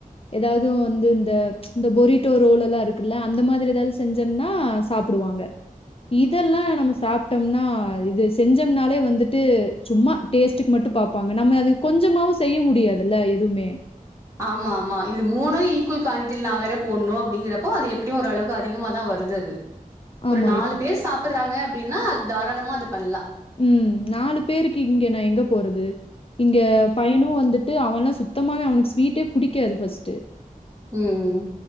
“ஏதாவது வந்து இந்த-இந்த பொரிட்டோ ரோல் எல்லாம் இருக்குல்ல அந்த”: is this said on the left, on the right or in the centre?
Left